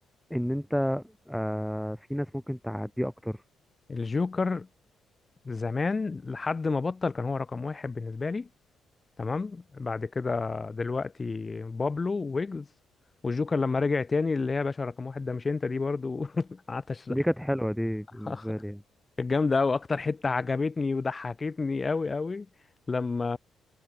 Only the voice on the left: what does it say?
الجوكر زمان لحد ما بطل كان هو رقم واحد بالنسبة لي تمام بعد كده دلوقتي بابلو ويجز والجوكر لما رجع تاني اللي هي يا باشا رقم واحد ده مش انت دي برضو <laughs> قعدت أشت-
<laughs>
كانت جامدة أوي أكتر حتة عجبتني وضحكتني أوي أوي لما